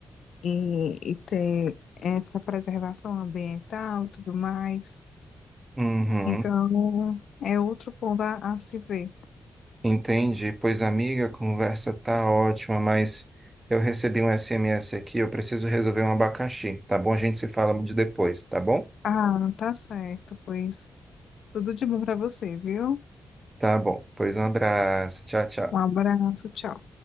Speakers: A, on the left; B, on the right.
A: e, e ter essa preservação ambiental e tudo mais.
B: Uhum.
A: Então, é outro ponto a, a se ver.
B: Entendi. Pois, amiga, a conversa tá ótima, mas eu recebi um SMS aqui, eu preciso resolver um abacaxi, tá bom? A gente se fala de depois, tá bom?
A: Ah, tá certo, pois tudo de bom para você, viu?
B: Tá bom. Pois um abraço. Tchau, tchau.
A: Um abraço, tchau.